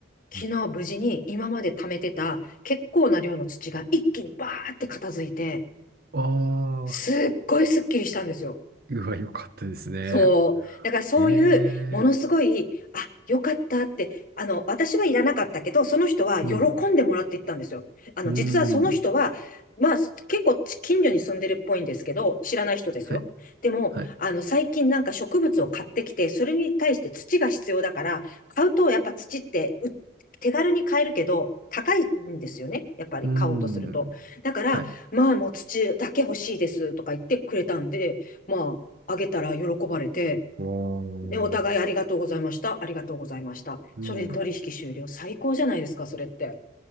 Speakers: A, on the left; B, on the right.
A: 昨日無事に今まで貯めてた結構な量の土が一気にバーって片付いて、
B: うああ
A: すっごいスッキリしたんですよ。
B: ー、うわ、よかったですね。
A: そう。だからそういう、
B: へえ。
A: ものすごい、あ、よかったって、あの、私はいらなかったけど、その人は喜んでもらっていったんですよ。
B: うん。
A: あの、
B: うん。
A: 実はその人は、まあ、結構近所に住んでるっぽいんですけど、知らない人ですよ。
B: はい。
A: でも、
B: はい。
A: あの、最近なんか植物を買ってきて、それに対して土が必要だから、買うとやっぱ土ってう手軽に買えるけど、高いんですよね。やっぱり買おうとすると。
B: うん。
A: だから、
B: はい。
A: まあもう土だけ欲しいですとか言ってくれたんで、まあ、あげたら喜ばれて、
B: わあ。
A: で、お互いありがとうございました、ありがとうございました。
B: うん。
A: それで取引終了。最高じゃないですか、それって。